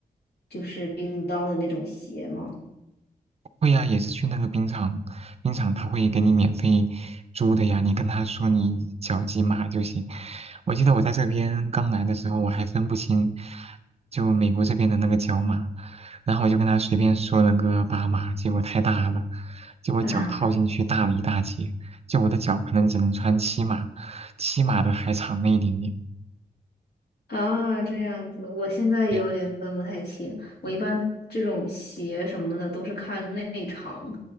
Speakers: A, on the left; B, on the right.
A: 就是冰刀的那种鞋吗？
B: 会呀、也是去那个冰场，冰场他会给你免费租的呀，你跟他说你脚几码就行。我记得我在这边刚来的时候，我还分不清就美国这边的那个脚码，然后我就跟他随便说了个八码，结果太大了，结果脚套进去大了一大截，
A: <laughs> 啊
B: 就我的脚可能只能穿七码，七码的还长了一点点。
A: 啊，这样子，我现在也有点分不太清。
B: 对
A: 我一般这种鞋什么的都是看内长，